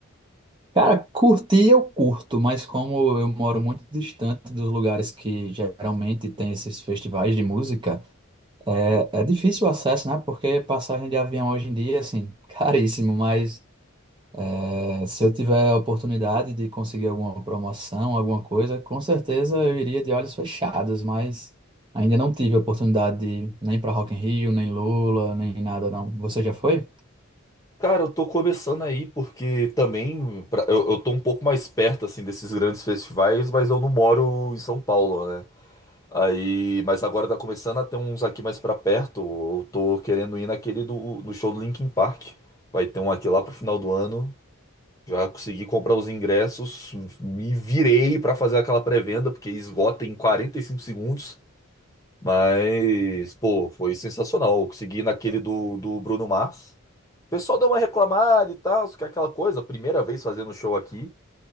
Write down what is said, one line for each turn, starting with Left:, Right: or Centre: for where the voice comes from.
Right: Cara, curtir eu curto, mas como eu moro muito distante dos lugares que geralmente tem esses festivais de música, é, é difícil o acesso, né? Porque passagem de avião hoje em dia, assim, <laughs> caríssimo, mas. É, se eu tiver a oportunidade de conseguir alguma promoção, alguma coisa, com certeza eu iria de olhos fechados, mas ainda não tive a oportunidade de nem para Rock in Rio, nem Lula, nem nada não. Você já foi?
Left: Cara, eu tô começando aí porque também pra- eu, eu tô um pouco mais perto assim desses grandes festivais, mas eu não moro em São Paulo, né? Aí, mas agora tá começando a ter uns aqui mais pra perto. Eu tô querendo ir naquele do no show do Linkin Park. Vai ter um aqui lá pro final do ano. Já consegui comprar os ingressos, me virei pra fazer aquela pré-venda porque esgota em 45 segundos. Mas, pô, foi sensacional. Eu consegui ir naquele do, do Bruno Mars. O pessoal deu uma reclamada e tal, que é aquela coisa, primeira vez fazendo show aqui.